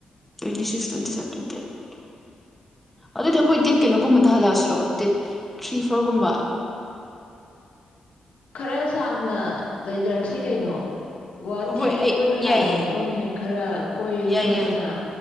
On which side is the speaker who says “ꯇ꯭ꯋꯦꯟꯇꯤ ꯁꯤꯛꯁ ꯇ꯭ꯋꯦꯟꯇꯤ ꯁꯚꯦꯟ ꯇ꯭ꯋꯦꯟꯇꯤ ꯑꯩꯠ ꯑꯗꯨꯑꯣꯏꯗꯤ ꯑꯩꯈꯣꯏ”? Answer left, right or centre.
Centre